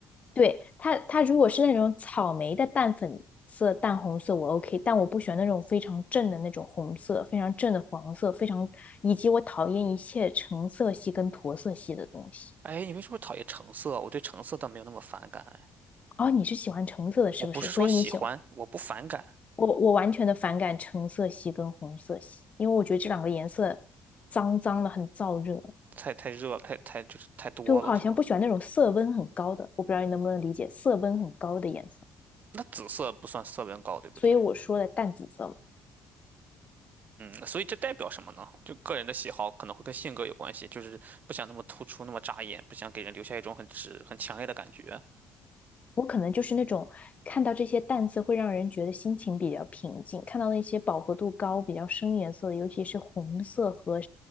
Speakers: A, on the left; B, on the right.
A: 对，它，它如果是那种草莓的淡粉色、淡红色，我 OK，但我不喜欢那种非常正的那种红色，非常正的黄色，非常，以及我讨厌一切橙色系跟驼色系的东西。
B: 哎，你为什么讨厌橙色？我对橙色倒没有那么反感哎。
A: 哦，你是喜欢橙色的，是不是？
B: 我不是说喜欢，
A: 所以你喜欢
B: 我不反感，
A: 我，我完全的反感橙色系跟红色系，因为我觉得这两个颜色脏脏的，很燥热。
B: 太太热了，太太就是太多了，
A: 对，我好像不喜欢那种色温很高的，
B: 是吗？
A: 我不知道你能不能理解色温很高的颜色，
B: 那紫色不算色温高，对不对？
A: 所以我说的淡紫色嘛。
B: 那所以这代表什么呢？就个人的喜好可能会跟性格有关系，就是不想那么突出，那么扎眼，不想给人留下一种很直、很强烈的感觉。
A: 我可能就是那种看到这些淡色会让人觉得心情比较平静，看到那些饱和度高、比较深颜色的，尤其是红色和